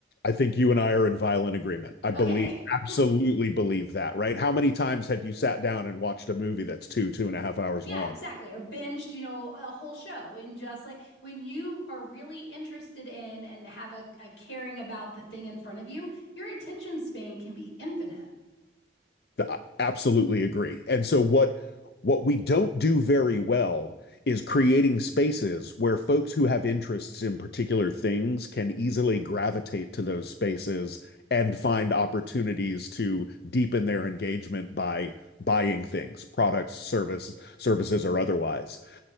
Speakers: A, on the left; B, on the left.
A: I think you and I are in violent agreement. I
B: Okay.
A: believe,
B: <laughs>
A: absolutely believe that, right? How many times have you sat down and watched a movie that's two, two and a half hours
B: Yeah,
A: long?
B: exactly. Or binged, you know, a whole show in just like when you are really interested in and have a, a caring about the thing in front of you, your attention span can be infinite.
A: I absolutely agree. And so what what we don't do very well is creating spaces where folks who have interests in particular things can easily gravitate to those spaces and find opportunities to deepen their engagement by buying things, products, service, services, or otherwise.